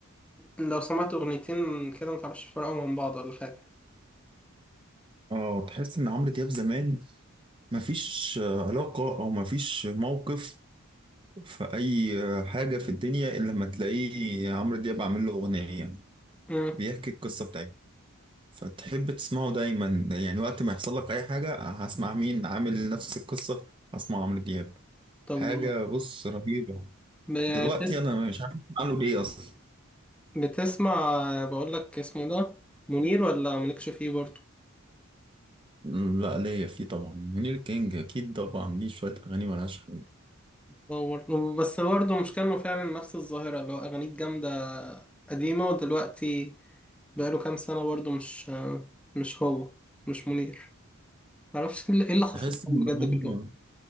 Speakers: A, in the centre; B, on the right.
A: لو سمعت أغنيتين كده متعرفش تفرقهم من بعض ولا حاجة
B: اه تحس إن عمرو دياب زمان مفيش آه، علاقة أو مفيش موقف في أي آه، حاجة في الدنيا إلا لما تلاقيه عمرو دياب عامل له أغنية
A: مم.
B: بيحكي القصة بتاعته فتحب تسمعه دايما يعني وقت ما يحصل لك أي حاجة هسمع مين عامل نفس القصة هسمع عمرو دياب
A: طب
B: حاجة بص رهيبة
A: بتسمع
B: دلوقتي انا مش عارف اعمل ايه اصلا
A: بتسمع بقول لك اسمه ده منير ولا مالكش فيه برضه
B: أمم، لا ليا فيه طبعا منير كينج اكيد طبعا ليه شويه اغاني ملهاش حل
A: اه برضه بس برضه مش كانوا فعلا نفس الظاهرة اللي هو أغانيه جامدة قديمة ودلوقتي بقاله كام سنة برضه مش مش هو مش منير معرفش ايه اللي حصل
B: تحس ان
A: لهم بجد
B: هم
A: كلهم